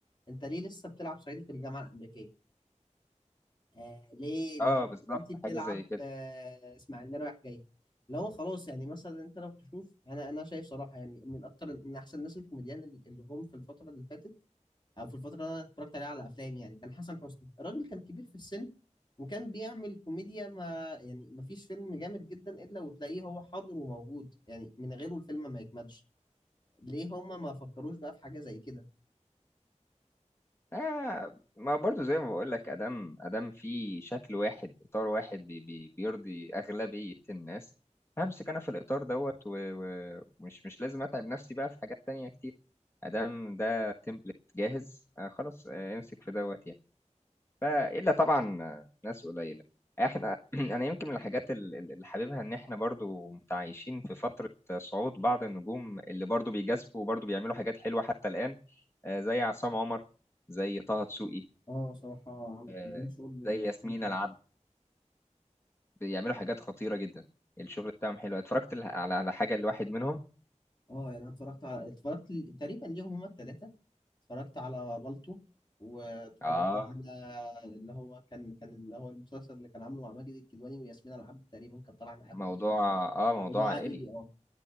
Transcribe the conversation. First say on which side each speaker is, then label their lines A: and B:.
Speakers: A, on the left (about 35°); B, on the left (about 20°).
A: انت ليه لسه بتلعب صعيدي في الجامعه الامريكيه آه ليه لحد
B: اه بالظبط
A: دلوقتي بتلعب
B: حاجه زي كده
A: آه اسماعيليه رايح جاي اللي هو خلاص يعني مثلا انت لو تشوف انا انا شايف صراحه يعني من اكتر من احسن الناس الكوميديان اللي اللي جم في الفتره اللي فاتت او في الفتره اللي انا اتفرجت عليها على افلام يعني كان حسن حسني الراجل كان كبير في السن وكان بيعمل كوميديا ما يعني ما فيش فيلم جامد جدا الا وتلاقيه هو حاضر وموجود يعني من غيره الفيلم ما يكملش ليه هما ما فكروش بقى في حاجه زي كده
B: آه ما برضو زي ما بقول لك ادام ادام في شكل واحد اطار واحد بي بي بيرضي اغلبيه الناس همسك انا في الاطار دوت و- و- ومش مش لازم اتعب نفسي بقى في حاجات تانية كتير ادام ده تمبلت جاهز آه خلاص آه امسك في دوت يعني لا الا طبعا ناس قليله احنا <clears throat> انا يمكن من الحاجات ال- ال- اللي حاببها ان احنا برضو متعايشين في فتره صعود بعض النجوم اللي برضو بيجازفوا وبرضو بيعملوا حاجات حلوه حتى الان آه، زي عصام عمر زي طه دسوقي
A: اه صراحة عم-
B: آه،
A: عاملين شغل آه،
B: زي ياسمين
A: جميل جدا
B: العبد بيعملوا حاجات خطيره جدا الشغل بتاعهم حلو اتفرجت ال- على على حاجه لواحد منهم
A: اه يعني انا اتفرجت على اتفرجت ل- تقريبا ليهم هما التلاتة اتفرجت على بالطو واتفرجت
B: اه
A: على اللي هو كان كان اللي هو المسلسل اللي كان عامله مع ماجد الكدواني وياسمين العبد تقريبا كان طالع معاهم
B: موضوع اه موضوع
A: موضوع
B: عائلي
A: عائلي اه